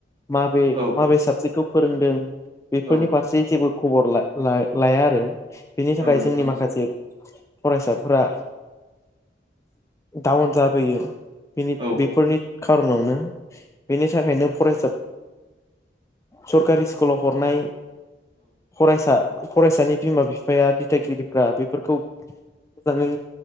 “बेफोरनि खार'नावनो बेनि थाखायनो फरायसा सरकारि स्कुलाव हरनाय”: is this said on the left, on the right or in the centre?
Left